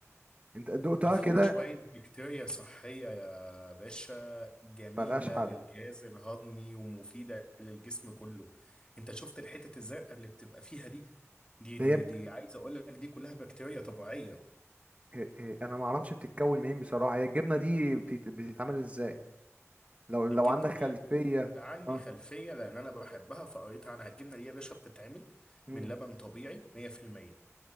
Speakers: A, on the right; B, on the left.
A: انت دقتها
B: دي فيها
A: كده
B: شوية بكتيريا صحية يا باشا جميلة
A: ملهاش حل
B: للجهاز الهضمي ومفيدة للجسم كله انت شفت الحتت الزرقاء اللي بتبقى فيها دي دي دي
A: هي
B: دي عايز اقول لك دي كلها بكتيريا طبيعية
A: هي- هي- انا ما اعرفش بتتكون منين بصراحه هي الجبنه دي بتت- بتتعمل ازاي لو لو
B: الجبنة
A: عندك
B: دي
A: خلفيه
B: عندي
A: اه
B: خلفية لان انا بحبها فقريت عنها الجبنة دي يا باشا بتتعمل
A: امم
B: من لبن طبيعي 100%